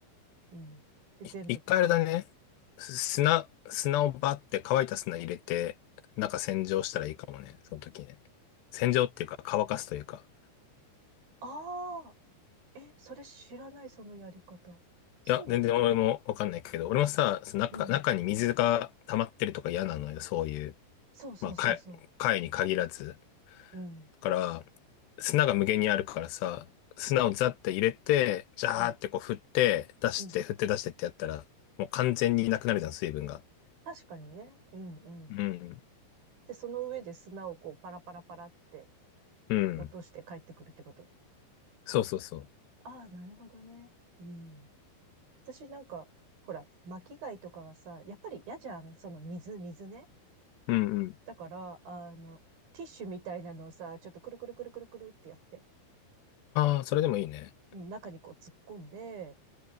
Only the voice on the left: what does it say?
い一回あれだね。
す砂、砂をバって乾いた砂入れて、中洗浄したらいいかもね、その時ね。洗浄っていうか乾かすというか。
いや、全然俺もわかんないけど、俺もさ、その中、
中に水が溜まってるとか嫌なのよ、そういう。
まあ、貝貝に限らず。
だから、砂が無限にあるからさ、砂をザって入れて、ジャーってこう振って、
出して、
振って出してってやったら、もう完全になくなるじゃん、水分が。
うん。
うん。
そうそうそう。
うんうん。
ああ、それでもいいね。